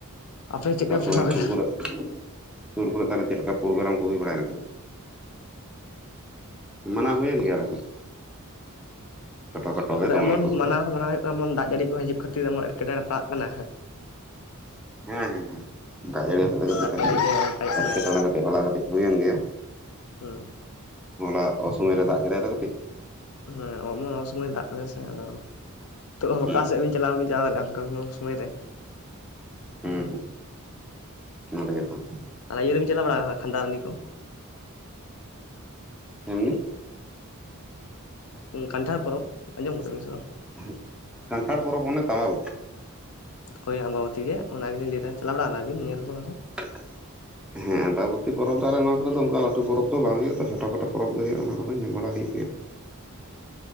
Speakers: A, on the left (about 70°); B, in the centre.
A: ᱟᱯᱮ ᱪᱮᱫᱠᱟ
B: ᱛᱟᱯᱚᱨ
A: ᱯᱮ ᱢᱟᱱᱟᱣ
B: ᱚᱱᱟ
A: ᱠᱮᱫᱟ
B: ᱥᱩᱨ ᱠᱚᱨᱮᱜ, ᱥᱩᱨ ᱠᱚᱨᱮ ᱛᱟᱦᱚᱞᱮ ᱪᱮᱫ ᱞᱮᱠᱟ ᱯᱨᱳᱜᱨᱟᱢ ᱠᱚ ᱦᱩᱭ ᱵᱟᱲᱟᱭ ᱱᱟᱜ᱾ ᱢᱟᱱᱟᱣ ᱦᱩᱭᱮᱱ ᱜᱮᱭᱟᱞᱮ ᱦᱚᱸ᱾ ᱪᱷᱳᱴᱳ ᱠᱷᱟᱴᱳ ᱜᱮ
A: ᱟᱫᱚ
B: ᱫᱚᱢᱮ
A: ᱮᱢᱚᱱ
B: ᱞᱟᱹᱴᱩ ᱫᱚ
A: ᱢᱟᱱᱟᱣ
B: ᱵᱟᱝ
A: ᱦᱚᱸ ᱢᱟᱱᱟᱣ ᱦᱩᱭᱩᱜ, ᱡᱮᱢᱚᱱ ᱫᱟᱜ ᱡᱟᱹᱲᱤ ᱠᱚ ᱦᱤᱡᱩᱜ ᱠᱷᱟᱹᱛᱤᱨ ᱛᱮ ᱮᱢᱚᱱ ᱮᱴᱠᱮᱴᱚᱲᱮ ᱯᱟᱲᱟᱜ ᱠᱟᱱᱟ ᱦᱮᱸ,
B: ᱦᱮᱸ ᱦᱮᱸ ᱫᱟᱜ ᱡᱟᱹᱲᱤ ᱠᱟᱛᱮ
A: ᱫᱟᱜ
B: ᱠᱟᱹᱴᱤᱡ
A: ᱡᱟᱹᱲᱤ ᱜᱮ ᱚᱱᱠᱟ ᱦᱩᱭᱩᱜ ᱠᱟᱱᱟᱭ
B: ᱮᱴᱠᱮᱴᱚᱬᱮ ᱠᱟᱹᱴᱤᱡ ᱦᱚᱞᱟ ᱠᱟᱹᱴᱤᱡ ᱦᱩᱭᱮᱱ ᱜᱮᱭᱟ᱾
A: ᱦᱮᱸ,
B: ᱦᱚᱞᱟ ᱚᱥᱩᱚᱢᱚᱭ ᱨᱮ ᱫᱟᱜ ᱠᱮᱫᱟᱭ ᱛᱚ ᱠᱟᱹᱴᱤᱡ᱾
A: ᱦᱮᱸ ᱚᱢᱚ ᱚᱥᱚᱢᱚᱭ ᱫᱟᱜ ᱠᱮᱫᱟᱭ ᱥᱮ ᱟᱫᱚ ᱱᱤᱛ
B: ᱦᱩᱸ
A: ᱚᱠᱟ ᱥᱮᱫ ᱵᱤᱱ ᱪᱟᱞᱟᱶ ᱦᱚ ᱵᱟᱹᱵᱤᱱ ᱪᱟᱞᱟᱶ ᱫᱟᱲᱮᱭᱟᱜᱼᱟ ᱚᱱᱠᱟ ᱥᱚᱢᱚᱭ ᱨᱮ᱾
B: ᱦᱮᱸ ᱦᱮᱸ ᱚᱱᱟ ᱛᱮᱜᱮ ᱛᱚ,
A: ᱟᱨ ᱤᱭᱟᱹ ᱨᱮᱵᱤᱱ ᱪᱟᱞᱟ ᱵᱟᱲᱟ ᱠᱟᱱᱟ ᱠᱷᱟᱱᱫᱟᱨᱟᱱᱤ ᱠᱚ᱾
B: ᱮᱢᱱᱮ,
A: ᱚᱱᱮ ᱠᱟᱱᱴᱷᱟᱲ ᱯᱚᱨᱚᱵᱽ ᱟᱸᱡᱚᱢ ᱠᱟᱫᱟ ᱵᱤᱱ ᱥᱮ ᱵᱟᱝ?
B: ᱦᱩ ᱠᱟᱱᱴᱷᱟᱲ ᱯᱚᱨᱚᱵᱽ ᱚᱱᱮ ᱛᱚ ᱟᱢᱟᱵᱚᱛᱤ᱾
A: ᱦᱳᱭ ᱟᱢᱵᱟᱵᱚᱛᱤ ᱜᱮ ᱚᱱᱟ ᱜᱮ ᱞᱤᱧ ᱞᱟᱹᱭ ᱫᱟ ᱪᱟᱞᱟᱣ ᱵᱟᱲᱟ ᱠᱟᱱᱟ ᱵᱤᱱ ᱧᱮᱞ ᱵᱟᱲᱟ ᱠᱚ ᱚᱱᱟ ᱠᱚ,
B: <unintelligible> ᱦᱮᱸ ᱟᱢᱵᱟᱵᱚᱛᱤ ᱯᱚᱨᱚᱵᱽ ᱫᱚ ᱟᱞᱮ ᱱᱚᱣᱟ ᱠᱚᱨᱮ ᱫᱚ ᱚᱱᱠᱟ ᱞᱟᱴᱩ ᱯᱚᱨᱚᱵᱽ ᱫᱚ ᱵᱟᱝ ᱦᱩᱭᱩᱜᱼᱟ ᱪᱷᱚᱴᱟ ᱠᱷᱳᱴᱟ ᱯᱚᱨᱚᱵᱽ ᱜᱮ ᱦᱩᱭᱩᱜᱼᱟ ᱚᱱᱟ ᱠᱚᱫᱚ ᱧᱮᱞ ᱵᱟᱲᱟ ᱦᱩᱭᱩᱜ ᱜᱮᱭᱟ᱾ <inaudible>